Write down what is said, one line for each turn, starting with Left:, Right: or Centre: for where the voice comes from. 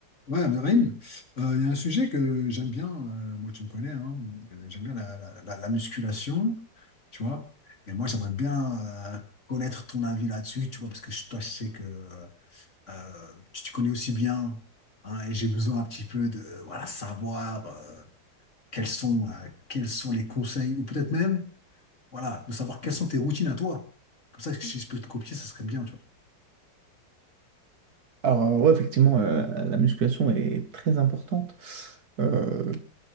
Left: Ouais, Abderrahim, euh, il y a un sujet que j'aime bien, euh, moi tu me connais, hein, euh, j'aime bien la, la- la- la musculation, tu vois, et moi j'aimerais bien euh, connaître ton avis là-dessus, tu vois, parce que je- toi je sais que euh, tu te connais aussi bien, hein, et j'ai besoin un petit peu de, voilà, savoir euh, quels sont, euh, quels sont les conseils, ou peut-être même, voilà, de savoir quelles sont tes routines à toi. Comme ça, si je peux te copier, ça serait bien, tu vois.
Right: Alors, euh, ouais, effectivement, euh, la musculation est très importante euh,